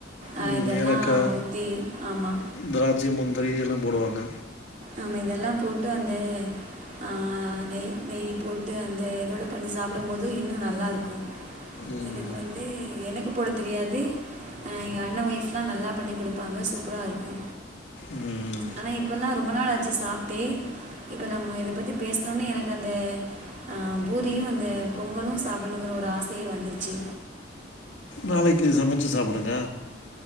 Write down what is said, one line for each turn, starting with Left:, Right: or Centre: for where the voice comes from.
Right: அ
Left: ம்
Right: இதெல்லா
Left: ஏலக்கா
Right: ஊத்தி ஆமா
Left: திராட்சை முந்திரி எல்லா போடுவாங்க
Right: ஆமா இதெல்லா போட்டு அந்த ஆ நெய் நெய் போட்டு அந்த இதோட பண்ணி சாப்புடும் போது இன்னு நல் நல்லா இருக்கு
Left: ம்
Right: எனக்கு வந்து எனக்கு போட தெரியாது ஆ எங்க அண்ண ஒய்ஃப்ல்லா நல்லா பண்ணி குடுப்பாங்க சூப்பரா இருக்கு
Left: ம்
Right: ஆனா இப்ப எல்லா ரொம்ப நாள் ஆச்சு சாப்ட்டே இப்ப நம்ம இத பத்தி பேசுனோனே எனக்கு அந்த அ பூரியும் அந்த பொங்கலும் சாப்டண்ணுங்கிற ஒரு ஆசயே வந்துருச்சு
Left: நாளைக்கு சமச்சு சாப்புடுங்க